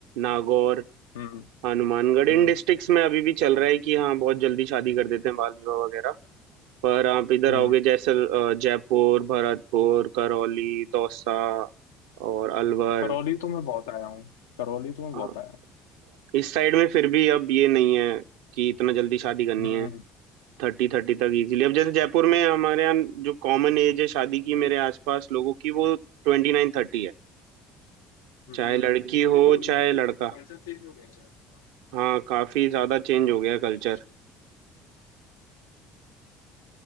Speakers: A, on the right; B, on the left.
A: नागौर
B: हम्म
A: हनुमानगढ़ इन
B: हम्म
A: डिस्ट्रिक्ट्स में अभी भी चल रहा है कि हाँ बहुत जल्दी शादी कर देते हैं बाल विवाह वगैरह पर आप इधर
B: हम्म
A: आओगे जैसल अ, जयपुर भरतपुर करौली दौसा और अलवर
B: करौली तो मैं बहुत आया हूँ करौली तो मैं
A: हाँ,
B: बहुत आया
A: इस साइड में फिर भी अब ये नहीं है कि इतना जल्दी शादी करनी
B: हूँ हम्म
A: है थर्टी थर्टी तक इजीली अब जैसे जयपुर में हमारे यहाँ जो कॉमन एज है शादी की मेरे आसपास लोगों की वो ट्वेंटी नाइन थर्टी है
B: हम्म
A: चाहे लड़की
B: अभी
A: हो
B: तो वहाँ
A: चाहे
B: पे
A: लड़का
B: कल्चर चेंज हो गया शायद उनका।
A: हाँ काफी
B: तो मतलब
A: ज्यादा चेंज
B: चालू
A: हो गया
B: हो
A: कल्चर
B: गया कुछ।